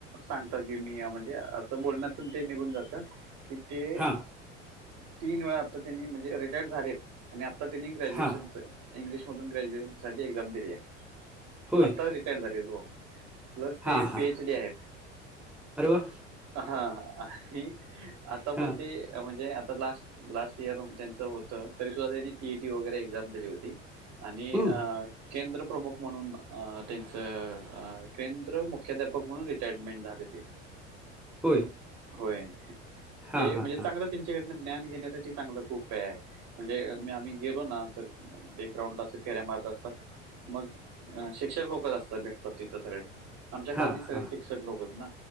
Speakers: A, on the right; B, in the centre.
A: सांगता की मी या मध्ये असं बोलण्यातून ते निघून जाते, की ते
B: हां,
A: तीन वेळा आता त्यांनी, म्हणजे रिटायर झालेत आणि आता त्यांनी ग्रॅज्युएशनच
B: हां.
A: इंग्लिश मधून ग्रॅज्युएशन साठी एक्झाम दिली आहे.
B: होय.
A: आत्ता रिटायर झालीय. हो. प्लस
B: हां,
A: ते
B: हां.
A: पी एच डी आहेत.
B: अरे वाह!
A: हा आणि आता
B: हां,
A: पण ते म्हणजे आता लास्ट, लास्ट. <unintelligible> त्यांच होत तरी सुद्धा त्यांनी टीईडी वगैरे एक्झाम दिली होती आणि
B: हं,
A: केंद्र प्रमुख म्हणून अ त्यांच केंद्र मुख्याध्यापक म्हणून रिटायरमेंट झालेली आहे.
B: होय.
A: होय.
B: हां,
A: ते
B: हां,
A: म्हणजे
B: हां.
A: चांगलं त्यांच्याकडन ज्ञान घेण्यासाठी चांगलं खूप आहे. म्हणजे आम्ही गेलो ना तर डे ग्राउंड ला अस फेऱ्या मारत असतात. मग शिक्षक लोक च असतात. भेटतात तिथं सगळे आमच्या कॉलनीत
B: हां,
A: सगळे
B: हां.
A: शिक्षक लोकच आहेत ना